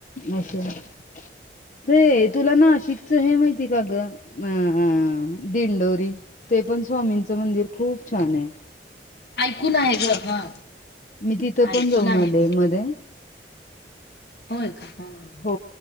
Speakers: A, on the left (about 45°); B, on the left (about 65°).
A: अशा <inaudible> हे तुला नाशिकच हे माहिती का ग अ दिंडोरी. ते पण स्वामींच मंदिर खूप छान आहे.
B: ऐकून आहे ग हा.
A: मी तिथं पण
B: ऐकून
A: जाऊन
B: आहे
A: आलेय
B: मी
A: मध्ये.
B: होय काय, हं.
A: हो,